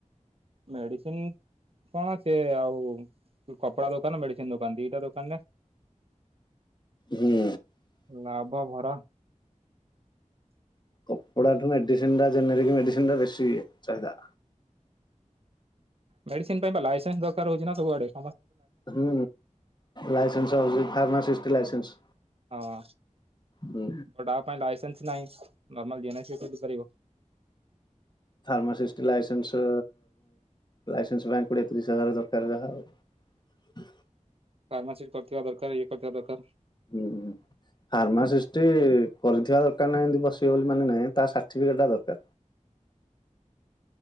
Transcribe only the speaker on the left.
ହୁଁ
କପଡ଼ା ଠୁ ମେଡ଼ିସିନ ଟା ଜେନେରାଲ ମେଡ଼ିସିନ ଟା ବେଶୀ ଇଏ ଚାହିଦା।
ହୁଁ ଲାଇସେନ୍ସ ହଉଛି ଫାର୍ମାସିସ୍ ଷ୍ଟି ଲାଇସେନ୍ସ।
ହୁଁ
Pharmacist licence. ଲାଇସେନ୍ସ ପାଇଁ କୋଡ଼ିଏ ତିରିଶ ହଜାର ଦରକାର ଯାହା ଆଉ।
ହୁଁ। ଫାର୍ମାସିଷ୍ଟ କରିଥିବା ଦରକାର ନାହିଁ। ଏମତି ବସିବେ ବୋଲି ମାନେ ନାହିଁ ତା ସାର୍ଟିଫିକେଟ ଟା ଦରକାର।